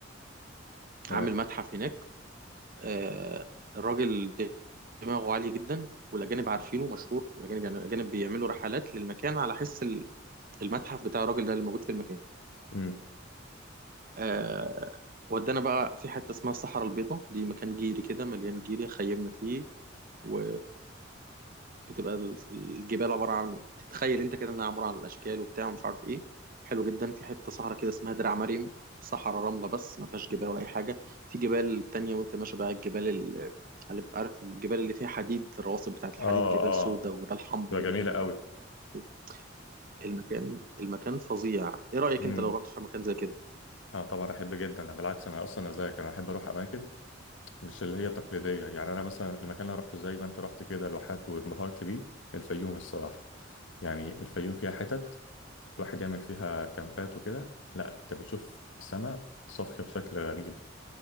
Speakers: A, on the left; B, on the right.
A: تمام
B: عامل متحف هناك آه، الراجل دماغه عالية جدا والأجانب عارفينه مشهور الأجانب يعني الأجانب بيعملوا رحلات للمكان على حس ال- المتحف بتاع الراجل ده اللي موجود في المكان
A: امم
B: آه، ودانا بقى في حتة اسمها الصحراء البيضاء دي مكان جيري كده مليان جيري خيمنا فيه و... بتبقى ال- الجبال عباره عن تتخيل انت كده انها عباره عن الاشكال وبتاع ومش عارف ايه حلو جدا في حته صحراء كده اسمها درع مريم صحراء رمله بس ما فيهاش جبال ولا اي حاجه في جبال تانية وانت ماشي بقى الجبال ال- عارف عارف الجبال اللي فيها حديد الرواسب بتاعت الحديد
A: اه
B: جبال
A: اه
B: سودا وجبال حمراء
A: تبقى
B: وجبال
A: جميله
B: مش
A: قوي
B: عارف ايه المكان المكان فظيع ايه رايك
A: امم
B: انت لو رحت في مكان زي كده
A: اه طبعا احب جدا انا بالعكس انا اصلا زيك انا احب اروح اماكن مش اللي هي تقليديه يعني انا مثلا المكان اللي أنا رحته زي ما انت رحت كده لوحات وانبهرت بيه الفيوم الصراحه يعني الفيوم فيها حتت الواحد يعمل فيها كامبات وكده لا انت بتشوف سماء صافية بشكل غريب